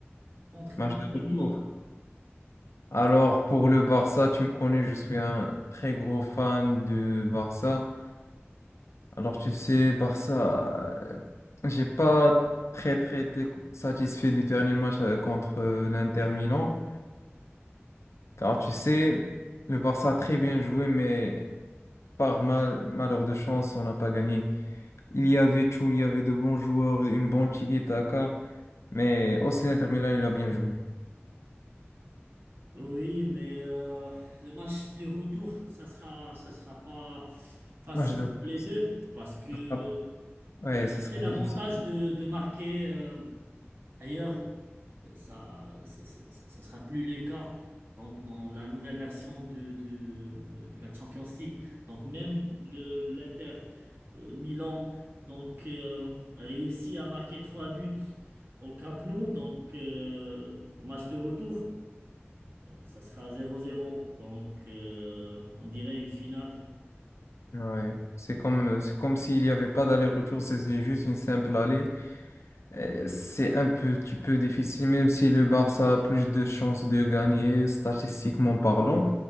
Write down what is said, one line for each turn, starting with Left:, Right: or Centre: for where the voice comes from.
Right: contre
Left: Match
Right: l'Inter
Left: de
Right: de
Left: retour.
Right: Milan.
Left: Alors pour le Barça, tu me connais, je suis un très gros fan de Barça. Alors, tu sais, Barça, euh, j'ai pas très très été satisfait du dernier match euh, contre euh, l'Inter Milan. Car tu sais, le Barça a très bien joué, mais par mal, malheur de chance, on n'a pas gagné. Il y avait tout, il y avait de bons joueurs, une bonne tiki-taka, mais aussi l'Inter Milan, il a bien joué.
Right: Oui, mais euh, le match de retour, ça sera, ça sera pas facile
Left: Moi, je dois-
Right: pour les
Left: ça
Right: deux parce que
Left: sera- Ouais,
Right: euh,
Left: ça
Right: c'est
Left: sera
Right: l'avantage
Left: difficile.
Right: de, de marquer. euh, Ailleurs, euh, ça, c'est- c'est- ça ça sera plus le cas. Donc, dans la nouvelle version de, de, de la Champions League. Donc, même le- l'Inter euh, Milan donc, euh, a réussi à marquer trois buts au Camp Nou. Donc, euh, au match de retour, ça sera zéro zéro. Donc, euh, on dirait une finale.
Left: Ouais. C'est comme, c'est comme s'il n'y avait pas d'aller-retour, c'est c'est juste une simple allée. Euh, C'est un petit peu difficile, même si le Barça a plus de chances de gagner, statistiquement parlant.